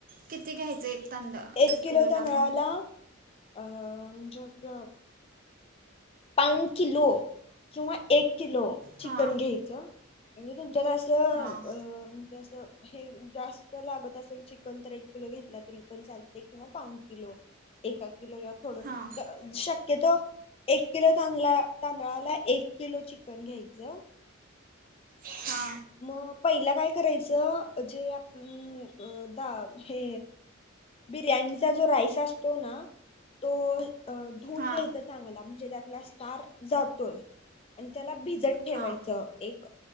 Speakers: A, on the right (about 45°); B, on the left (about 30°).
A: किती घ्यायच एक तांदा
B: एक किलो
A: किलोला
B: तांदळाला
A: मग
B: अ म्हणजे अस पाऊण किलो किंवा एक किलो चिकन
A: हां
B: घ्यायचं म्हणजे तुमच्यात अस अ
A: हां
B: म्हणजे अस हे जास्त लागत असेल चिकन तर एक किलो घेतला तरी पण चाल किंवा पाऊण किलो एका किलोला थोड
A: हां
B: शक्यतो एक किलो तांदळा तांदळाला एक किलो चिकन घ्यायचं.
A: हा!
B: मग पहिला काय करायचं जे आपण दा हे बिर्याणीचा जो राईस असतो ना तो अ धुऊन
A: हां
B: घ्यायच चांगला म्हणजे त्यातला स्टार जातोय आणि त्याला भिजत ठेवायच
A: हां
B: एक